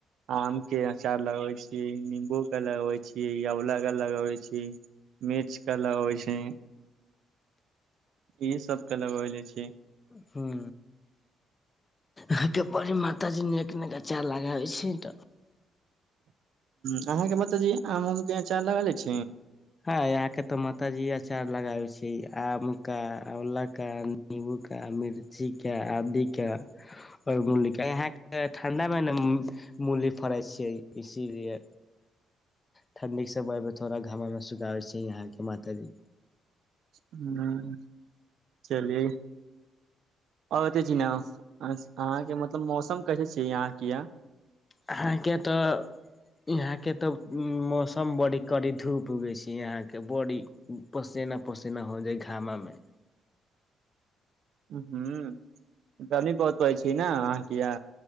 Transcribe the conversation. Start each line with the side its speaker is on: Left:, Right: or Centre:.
Right: آم کے اچار لگوی چ نیمبو کے لگوی چ لا کے لگوی چ مرچ کالا ہوی سے یہ سب کے لگ لیے چ
Left: ہوں وہ کے بڑی ماتا جی نیک نک اچا لگ ہوی سے ت
Right: ہ ااں کے بتجیے آم ام کے چار لگاالے چ
Left: ہاں یہاں کے تو ماتا جی اچار لگائے چ آم کا الہ کا نب کا مرچ کا آد کا اور م کا یہ کے ٹھڈا میں نا ملی فڑے چے اسی لیے ٹھنڈی کے سمے میں تھوڑا گاما میں سکھوے یہاں کے ماتا جی
Right: ہ چلیے اور ج ناں کے مطلب موسم کیسے چ یہاں کی یہ
Left: ااں کے تو یہاں کے تو موسم بڑی کڑی دھوپ اگی ہے یہاں کے بڑی پسینا پسینا ہو جائے گھاما میں
Right: ہوں کمی بہت پیچ نا آ کی یہ